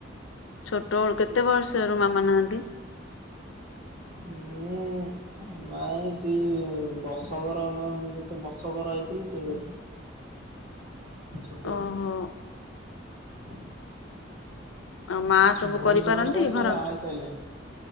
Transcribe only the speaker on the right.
ମୁଁ ନାଇଁ ସେ ବର୍ଷ କର ମୁଁ ଯେବେ ବର୍ଷ କର ହେଇଥିଲି ସେବେଠୁ। ଛୋଟ
ଦିନ
ଭଉଣୀ
ଜଣେ ତ ସେ
ବାହାର ହେଇ ସାରିଲେଣି।